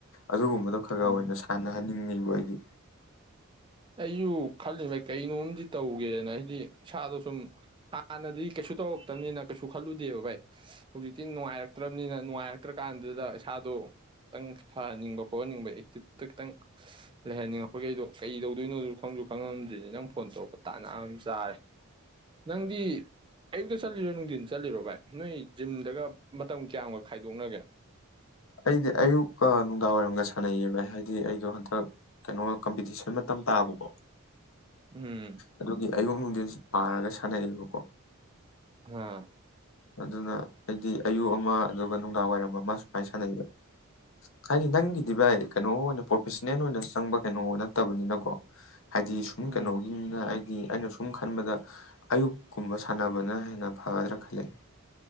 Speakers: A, on the left; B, on the right.
A: ꯑꯗꯨꯒꯨꯝꯕꯗꯣ ꯈꯔ
B: ꯎꯝ
A: ꯑꯣꯏꯅ ꯁꯥꯟꯅꯍꯟ ꯕꯨ ꯑꯩꯗꯤ
B: ꯑꯩꯁꯨ ꯈꯜꯂꯤꯕꯩ ꯀꯩꯅꯣꯝꯗꯤ ꯇꯧꯒꯦꯅ ꯍꯥꯏꯗꯤ ꯏꯁꯥꯗꯣ ꯁꯨꯝ ꯍꯥꯟꯅꯗꯤ ꯀꯩꯁꯨ ꯇꯧꯔꯛꯇꯕꯅꯤꯅ ꯀꯩꯁꯨ ꯈꯜꯂꯨꯗꯦꯕ ꯚꯥꯏ ꯍꯧꯖꯤꯛꯇꯤ ꯅꯨꯡꯉꯥꯏꯔꯛꯇ꯭ꯔꯕꯅꯤꯅ ꯅꯨꯡꯉꯥꯏꯔꯛꯇ꯭ꯔꯀꯥꯟꯗꯨꯗ ꯏꯁꯥꯗꯣ ꯈꯤꯇꯪ ꯐꯍꯟꯅꯤꯡꯕ ꯈꯣꯠꯍꯟꯅꯤꯡꯕ ꯑꯦꯛꯇꯤꯞꯇ ꯈꯤꯇꯪ ꯂꯩꯍꯟꯅꯤꯡꯉꯛꯄꯈꯩꯗꯣ ꯀꯩꯗ ꯑꯗꯨꯏꯅꯣꯁꯨ ꯈꯪꯁꯨ ꯈꯪꯉꯝꯗ꯭ꯔꯤꯅꯦ ꯅꯪ ꯐꯣꯟ ꯇꯧꯔꯛꯄ ꯇꯥꯅꯝ ꯆꯥꯔꯦ ꯅꯪꯗꯤ ꯑꯌꯨꯛꯇ ꯆꯠꯂꯤꯔꯣ ꯅꯨꯡꯊꯤꯟ ꯆꯠꯂꯤꯔꯣ ꯚꯥꯏ ꯅꯣꯏ ꯖꯤꯝꯗꯒ ꯃꯇꯝ ꯀꯌꯥꯃꯨꯛ ꯈꯥꯏꯗꯣꯛꯅꯒꯦ
A: ꯑꯩꯗꯤꯦ ꯑꯌꯨ ꯀ ꯅꯨꯡꯗꯥꯡ ꯋꯥꯏꯔꯝꯒ ꯁꯥꯟꯅꯩꯌꯦꯕ ꯍꯥꯏꯗꯤ ꯑꯩꯗꯣ ꯍꯟꯗꯛ ꯀꯩꯅꯣ ꯀꯝꯄꯤꯇꯤꯁꯟ ꯃꯇꯝ ꯇꯥꯕꯀꯣ
B: ꯎꯝ
A: ꯑꯗꯨꯒꯤ ꯑꯌꯨꯛ ꯅꯨꯡꯊꯤꯟ ꯄꯥꯔꯒ ꯈꯥꯟ ꯌꯦꯔꯤꯕꯀꯣ
B: ꯑꯝ
A: ꯑꯗꯨꯅ ꯍꯥꯏꯗꯤ ꯑꯌꯨꯛ ꯑꯃ ꯑꯗꯨꯒ ꯅꯨꯡꯗꯥꯡ ꯋꯥꯏꯔꯝ ꯑꯃ ꯁꯨꯃꯥꯏꯅ ꯁꯥꯟꯅꯩꯕ ꯍꯥꯏꯗꯤ ꯅꯪꯒꯤꯗꯤ ꯚꯥꯏ ꯀꯩꯅꯣ ꯑꯣꯏꯅ ꯄ꯭ꯔꯣꯐꯦꯁꯟꯅꯦꯜ ꯑꯣꯏꯅ ꯆꯪꯕ ꯀꯩꯅꯣ ꯅꯠꯇꯕꯅꯤꯅꯀꯣ ꯍꯥꯏꯗꯤ ꯁꯨꯝ
B: ꯎꯝ
A: ꯀꯩꯅꯣꯒꯤꯅ ꯍꯥꯏꯗꯤ ꯑꯩꯅ ꯁꯨꯝ ꯁꯨꯝ ꯈꯟꯕꯗ ꯑꯌꯨꯛꯀꯨꯝꯕ ꯁꯥꯟꯅꯕꯅ ꯍꯦꯟꯅ ꯐꯒꯗ꯭ꯔꯥ ꯈꯜꯜꯂꯤ